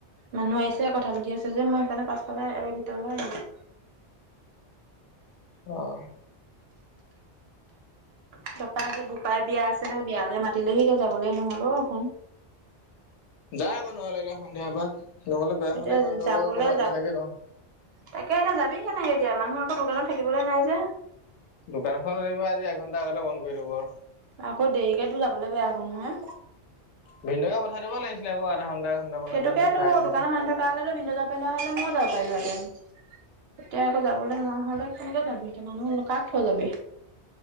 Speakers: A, on the right (about 65°); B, on the left (about 85°).
A: মানুহ আহিছে কথা পাতি আছে যে, মই সেইকাৰে পাছফালে এ ভিতৰলৈ আহিলোঁ।
B: অ',
A: তাৰপৰা আজি বোপাই বিয়া আছিলে বিয়ালৈ মাতিলেহি এতিয়া যাবলে নহল অ,
B: যা আকৌ নহ'লে এতিয়া সন্ধিয়া এবাৰ, নহ'লে বেয়া হয়
A: এতিয়া
B: নহয় ইমান দূৰল
A: যাবলৈ
B: পৰা আকৌ মাতি
A: যাব
B: চেগে তহঁ
A: তাকে এতিয়া যাবি কেনেকে এতিয়া মানুহ আকৌ দোকানত থাকিবলৈ নাই যে।
B: দোকানখন ৰাতিপোৱা আজি এঘণ্টা আগতে বন কৰি দিব।
A: আকৌ দেৰিকেতো যাবলৈ বেয়া হ'ব নহয়।
B: ভিনদেউকে পঠাই দিব লাগিছিলে আকৌ আধা ঘন্টা এঘন্টা মানৰ
A: সেইটোকেতো
B: কাৰণে খাই আহিম
A: দোকানত মানুহ থকা হলে ভিন <unintelligible> ময়ো যাব পাৰিলো হেঁতেন। এতিয়া আকৌ যাবলৈ নোৱাৰা হলে কেনেকে যাবি, এতিয়া মানুহ কাক থৈ যাবি?